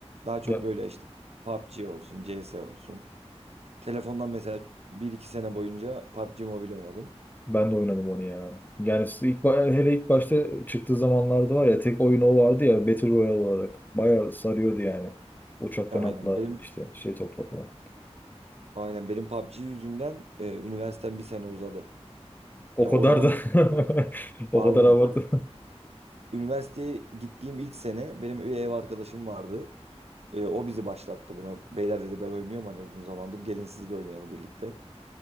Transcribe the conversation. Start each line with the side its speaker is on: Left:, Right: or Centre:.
Right: Daha çok
Left: Ya-
Right: böyle işte PUBG olsun, CS olsun. Telefondan mesela bir iki sene boyunca PUBG Mobile oynadım.
Left: Ben de oynadım onu ya. Yani siz ilk, ba- hele ilk başta çıktığı zamanlarda var ya tek oyun o vardı ya Battle Royale olarak. Bayağı sarıyordu yani. Uçaktan
Right: Aynen
Left: atla
Right: benim
Left: işte şey topla falan.
Right: aynen benim PUBG yüzünden e, üniversitem bir sene uzadı.
Left: O
Right: Yani
Left: kadar
Right: o zaman
Left: da <laughs> o
Right: aynen
Left: kadar abartı.
Right: o- üniversiteye gittiğim ilk sene benim bir ev arkadaşım vardı. E, o bizi başlattı buna. Beyler dedi ben oynuyorum hani uzun zamandır. Gelin siz de oynayalım birlikte.